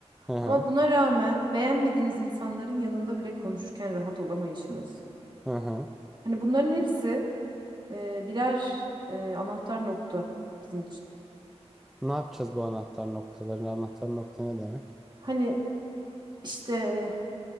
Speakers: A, in the centre; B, on the right.
A: Hı hı.
B: Ama buna rağmen beğenmediğiniz insanların yanında bile konuşurken rahat olamayışınız.
A: Hı hı.
B: Hani bunların hepsi eee, birer eee, anahtar nokta bizim için.
A: Ne yapacağız bu anahtar noktaları? Anahtar nokta ne demek?
B: Hani işte